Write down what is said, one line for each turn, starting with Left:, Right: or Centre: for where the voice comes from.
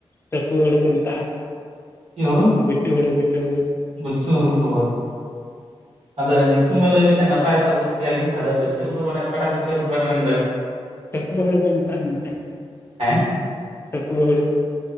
Left: ᱴᱷᱟᱹᱠᱣᱟᱹ ᱦᱩᱲᱩ ᱠᱩ ᱢᱮᱛᱟᱜ-ᱟ᱾
Right: ᱪᱮᱫ ᱦᱩᱲᱩ
Left: ᱜᱩᱪᱩ ᱦᱩᱲᱩ ᱜᱩᱪᱩ ᱦᱩᱲᱩ᱾
Right: ᱜᱩᱪᱩ ᱦᱩᱲᱩ ᱵᱟ ᱵᱟ᱾ ᱟᱫᱚ ᱧᱩᱛᱩᱢ ᱵᱮᱱ ᱞᱟᱹᱭ ᱞᱮᱠᱠᱷᱟᱱ ᱱᱟᱯᱟᱭ ᱠᱚᱜ-ᱟ ᱵᱩᱪ ᱠᱮᱭᱟ ᱞᱤᱧ ᱟᱫᱚ ᱜᱩᱪᱩ ᱦᱩᱲᱩ ᱢᱟᱱᱮ ᱠᱟᱴᱟᱜ ᱜᱩᱪᱩ ᱦᱩᱲᱩ ᱵᱮᱱ ᱢᱮᱱ ᱫᱟ?
Left: ᱪᱟᱹᱠᱩᱣᱟᱹ ᱦᱩᱲᱩ ᱠᱚ ᱢᱮᱛᱟᱜ-ᱟ ᱢᱮᱱᱛᱮ,
Right: ᱦᱮᱸ
Left: ᱪᱟᱹᱠᱩᱣᱟᱹ ᱦᱩᱲᱩ᱾